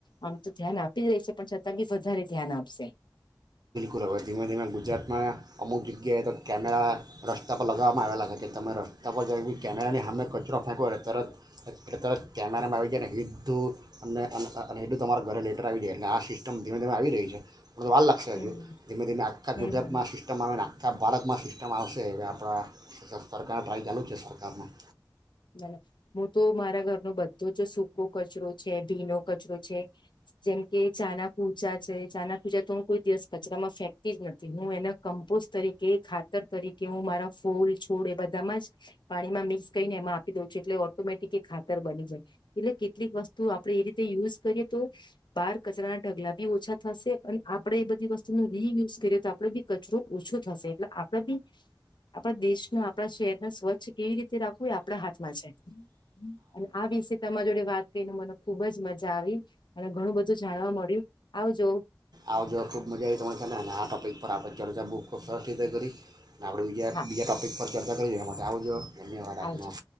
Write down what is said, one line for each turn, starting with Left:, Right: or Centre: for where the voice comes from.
Left: આમ તો ધ્યાન આપી જ રહીશે પણ છતાં બી વધારે ધ્યાન આપશે.
Right: લ હવે ધીમે ધીમે ગુજરાતમાં અમુક જગ્યાએ તો કેમેરા રસ્તા પર લગાવવામાં આવેલા છે, કે તમે રસ્તા પર જાવ કેમેરાની સામે કચરો ફેંકો તરત તરત કેમેરામાં આવી જાય ને હેદું હેધું તમારા ઘરે લેટર આવી જાય એટલે આ સિસ્ટમ ધીમે ધીમે આવી રહી છે. વાલ લક્ષ્ય
Left: હમ
Right: હજી ધીમે ધીમે આખા
Left: હમ
Right: ગુજરાતમાં
Left: હમ
Right: સિસ્ટમ આવેને આખા બાારતમાં સિસ્ટમ આવશે એવે આપણા સરકારને ટ્રાય ચાલુ જ છે સરકારમાં.
Left: ના હું તો મારા ઘરનો બધો જ સૂકો કચરો છે, ભીનો કચરો છે જેમકે ચાના કુચા છે ચાના કુચા તો હું કોઈ દિવસ કચરામાં ફેંકતી જ નથી હું એના કમ્પોસ્ટ તરીકે ખાતર તરીકે હું મારા ફૂલ છોડ એ બધામાં જ પાણીમાં મિક્સ કરીને એમાં આપ દ એટલે ઓઑટોમેટિક એ ખાતર બની જાય, એટલે કેટલીક વસ્તુ આપણેે એ રીતે યુઝ કરીએ તો બહાર કચરાના ઢગલા બી ઓછા થશે અને આપણેે એ બધી વસ્તુનો રીયુઝ કરીએ તો આપડે બી કચરો ઓછો થશે એટલે આપણે બી આપણા દેશના આપણા શહેરના સ્વચ્છ કેવી રીતે રાખવું આપડા હાથમાં છે અને આ વિષ તમારા જોડે વાત કરીને મને ખુબ જ મજા આવી અને ઘણું બધું જાણવા મળ્યું આવજો
Right: આવ જો ખૂબ મજા આવી તમારી સાથે આ ટોપિક પર આ ચર્ચા બુક ખૂબ સરસ રીતે કરી આપણે બીજા
Left: હા
Right: બીજા ટોપીક પર <unintelligible> માટે આવું જો ધન્યવાદ
Left: આવજો.
Right: આપનો <inaudible>